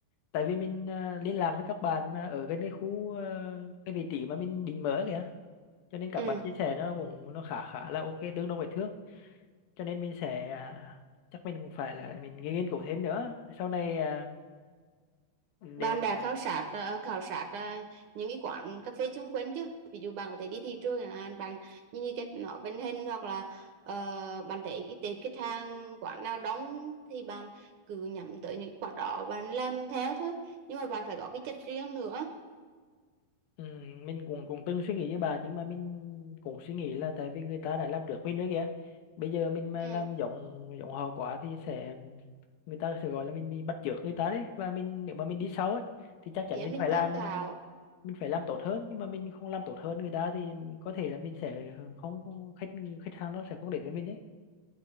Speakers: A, on the left; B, on the right.
A: tại vì mình à, liên lạc với các bạn mà ở gần cái khu à, cái vị trí mà mình định mở kìa cho nên các
B: Ừ.
A: bạn chia sẻ nó cũng nó khá khá là ok tương đương với Thương cho nên mình sẽ à, chắc mình cũng phải là mình nghiên cứu thêm nữa sau này à, nếu
B: Bạn đã khảo sát ờ, khảo sát ờ, những cái quán cà phê chung quanh chứ? Ví dụ bạn có thể đi thị trường chẳng hạn, bạn nhìn cái cách nó vận hành hoặc là ờ, bạn thấy cái tệp khách hàng quán nào đóng thì bạn cứ nhắm tới những quán đó bạn làm theo thôi. Nhưng mà bạn phải có cái chất riêng nữa.
A: Ừ, mình cũng cũng từng suy nghĩ với bà nhưng mà mình cũng suy nghĩ là tại vì người ta đã làm trước mình nữa kìa bây giờ mình mà
B: Ừ.
A: làm giống giống họ quá thì sẽ người ta sẽ gọi là mình bị bắt chước người ta đấy và mình nếu mà mình đi sau ấy thì chắc chắn
B: để
A: mình
B: mình
A: phải làm
B: tham khảo
A: mình phải làm tốt hơn nhưng mà mình không làm tốt hơn người ta thì có thể là mình sẽ không không- khách khách hàng nó sẽ không đến với mình đấy